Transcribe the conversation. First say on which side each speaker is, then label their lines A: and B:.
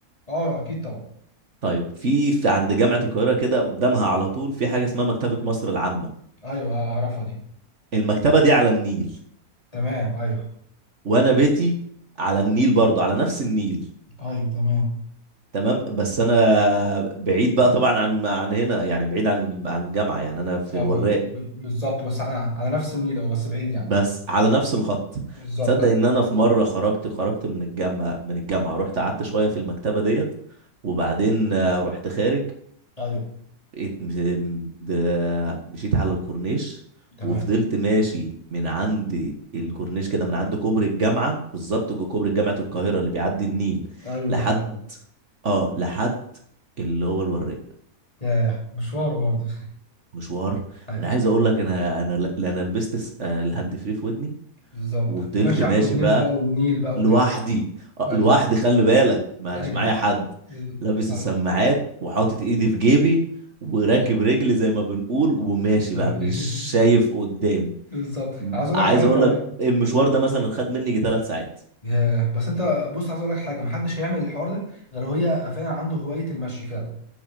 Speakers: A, on the left; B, on the right.
A: آه، اكيد طبعا
B: طيب في, في عند جامعه القاهره كده قدامها على طول في حاجه اسمها مكتبه مصر العامه
A: ايوه اعرفها دي
B: المكتبه دي على النيل
A: تمام ايوه
B: وانا بيتي على النيل برضه على نفس النيل
A: ايوه تمام
B: تمام بس انا بعيد بقى طبعا عن عن هنا يعني بعيد عن عن الجامعه يعني انا في
A: اه
B: الوراق
A: ب... ب... بالظبط بس على... على نفس النيل اه بس بعيد يعني
B: بس على نفس الخط
A: بالظبط
B: تصدق
A: ايوه
B: ان انا في مره خرجت خرجت من الجامعه من الجامعه رحت قعدت شويه في المكتبه ديت وبعدين آه، رحت خارج
A: أيوة.
B: ات- م- د- مشيت على الكورنيش
A: تمام
B: وفضلت ماشي من عند الكورنيش كده من عند كوبري الجامعه بالظبط جو- كوبري جامعه القاهره اللي بيعدي النيل
A: ايوه
B: لحد
A: عارف
B: اه لحد اللي هو الوراق
A: ياه مشوار برضه
B: مشوار
A: <laughs> ايوه
B: انا عايز اقول لك انا انا لا انا لبست س- آه، الهاند فري في ودني
A: بالظبط
B: وفضلت
A: وماشي
B: ماشي
A: على الكورنيش
B: بقى
A: بقى والنيل بقى
B: لوحدي
A: وكده
B: آه،
A: ايوه
B: لوحدي خلي بالك مش
A: ايوه
B: معايا حد
A: بز-
B: لابس
A: ايوه
B: السماعات وحاطط ايدي في جيبي وراكب
A: ايوه
B: رجلي زي ما بنقول وماشي بقى
A: أيوة.
B: مش
A: <laughs>
B: شايف قدامي
A: بالظبط
B: م-
A: عايز اقول
B: عايز
A: لك حاجه
B: اقول
A: كمان
B: لك المشوار ده مثلا خد مني يجي ثلاث ساعات
A: ياه بس انت بص عايز اقول لك حاجه محدش هيعمل الحوار ده غير هي فعلا عنده هوايه المشي فعلا